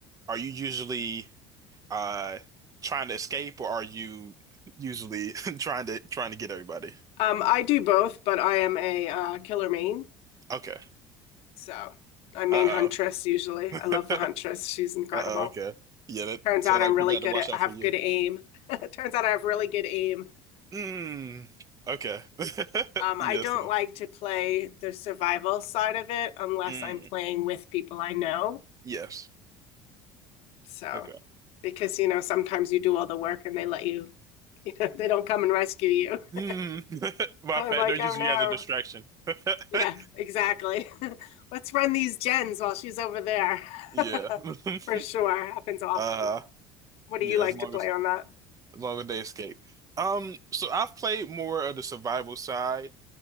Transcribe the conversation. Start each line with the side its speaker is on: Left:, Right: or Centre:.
Right: are you usually uh trying to escape or are you usually <laughs> trying to trying to get everybody?
Left: Um, I do both, but I am a uh, killer main,
Right: Okay.
Left: so I'm
Right: Uh-oh.
Left: main huntress usually.
Right: <laughs>
Left: I love the huntress. She's incredible.
Right: Uh-oh, okay. Yeah, that
Left: Turns
Right: sounds
Left: out I'm
Right: like
Left: really
Right: people had
Left: good
Right: to watch
Left: at,
Right: out
Left: I have
Right: for you.
Left: good aim. <laughs> Turns out I have really good aim.
Right: Mm. Okay. <laughs>
Left: Um,
Right: Yes.
Left: I don't
Right: sir.
Left: like to play the survival side of it unless
Right: Mm.
Left: I'm playing with people I know.
Right: Yes.
Left: So,
Right: Okay.
Left: because, you know, sometimes you do all the work and they let you, <laughs> you know, they don't come and rescue you.
Right: Mm.
Left: <laughs>
Right: <laughs> My
Left: So
Right: fact,
Left: I'm like,
Right: they're using
Left: oh no.
Right: you as a distraction. <laughs>
Left: Yeah, exactly. <laughs> Let's run these gens while she's over there.
Right: Yeah.
Left: <laughs>
Right: <laughs>
Left: For sure. Happens often.
Right: Uh,
Left: What
Right: yeah,
Left: do you like
Right: as long
Left: to play
Right: as
Left: on that?
Right: as long as they escape. Um, so I've played more of the survival side.